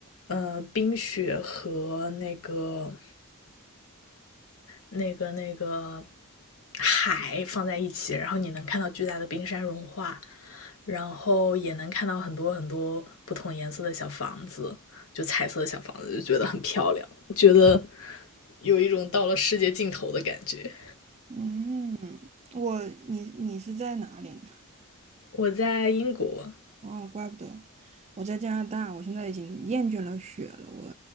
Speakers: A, on the left (about 65°); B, on the right (about 30°).
A: 呃，冰雪和那个那个那个海放在一起，然后你能看到巨大的冰山融化，然后也能看到很多很多不同颜色的小房子，就彩色的小房子，就觉得很漂亮，觉得有一种到了世界尽头的感觉。
B: 嗯，我你你是在哪里？
A: 我在英国
B: 哦，怪不得我在加拿大，我现在已经厌倦了雪了。我